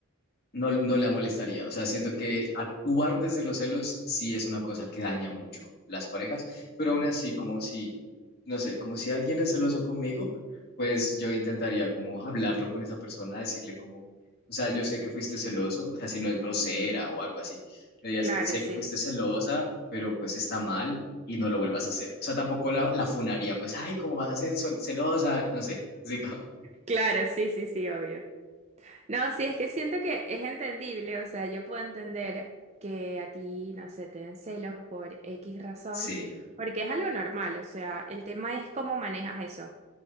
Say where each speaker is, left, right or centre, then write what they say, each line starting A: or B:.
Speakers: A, on the left; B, on the right.
A: no, no la molestaría. O sea, siento que actuar desde los celos sí es una cosa que daña mucho las parejas, pero aún así, como si, no sé, como si alguien es celoso conmigo, pues yo intentaría como hablarlo con esa persona, decirle como, o sea, yo sé que fuiste celoso, o sea, si no es grosera o algo así, le diría,
B: claro,
A: sé, sé
B: sí.
A: que fuiste celosa, pero pues está mal y no lo vuelvas a hacer. O sea, tampoco la, la funaría, pues, ay, ¿cómo vas a ser sol- celosa? No sé, digo, <laughs>
B: Claro, sí, sí, sí, obvio. No, sí, es que siento que es entendible, o sea, yo puedo entender que a ti, no sé, te den celos por X razón,
A: sí,
B: porque es algo normal, o sea, el tema es cómo manejas eso,